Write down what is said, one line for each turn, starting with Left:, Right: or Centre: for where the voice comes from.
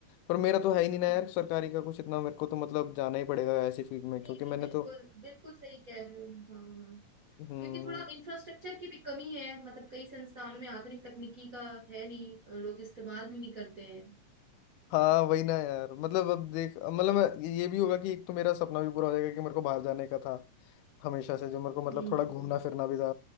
Left: पर मेरा तो है ही नहीं ना यार
Right: हम्म,
Left: सरकारी का कुछ इतना मेरे को तो मतलब जाना ही पड़ेगा ऐसी फील्ड में
Right: नहीं
Left: क्योंकि
Right: नहीं
Left: मैंने
Right: बिल्कुल
Left: तो
Right: बिल्कुल सही कह रहे हो हाँ हाँ
Left: हम्म
Right: क्योंकि थोड़ा इंफ्रास्ट्रक्चर की भी कमी है मतलब कई संस्थानों में आधुनिक तकनीकी का है नहीं लोग इस्तेमाल भी नहीं करते हैं
Left: हाँ वही ना यार मतलब अब देख मतलब मैं- ये भी होगा कि एक तो मेरा सपना भी पूरा हो जाएगा कि मेरे को बाहर जाने का था हमेशा से जो मेरे को मतलब
Right: हम्म
Left: थोड़ा घूमना फिरना भी था